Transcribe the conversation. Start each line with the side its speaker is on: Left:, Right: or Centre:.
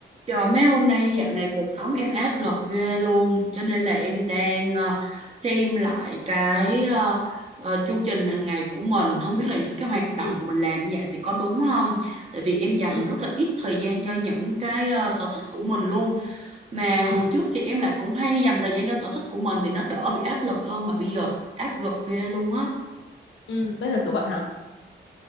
Right: Trời mấy hôm nay dạo này cuộc sống em áp lực ghê luôn cho nên là em đang ờ, xem lại cái ờ, ờ, chu trình hàng ngày của mình không biết là những cái hoạt động
Left: ừ
Right: mình làm như vậy thì có đúng không tại vì em dành
Left: ừ
Right: rất là ít thời gian cho những cái ờ, sở thích của mình luôn mà
Left: ừ
Right: hồi trước thì em lại cũng hay dành thời gian cho sở thích của mình thì nó đỡ bị áp lực hơn mà bây giờ áp lực ghê luôn á
Left: ừ bây giờ kiểu bận hả